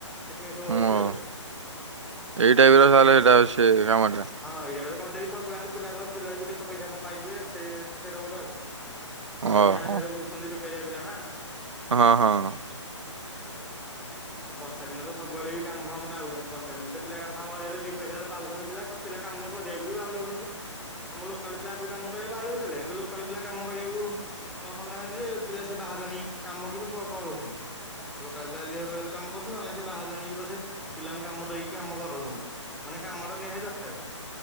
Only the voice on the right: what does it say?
ହୁଁ
ଏଇ
ଟାଇପର ତାଲେ
ସେ କାମ ଟା
ଓହୋ
ହଁ ହଁ।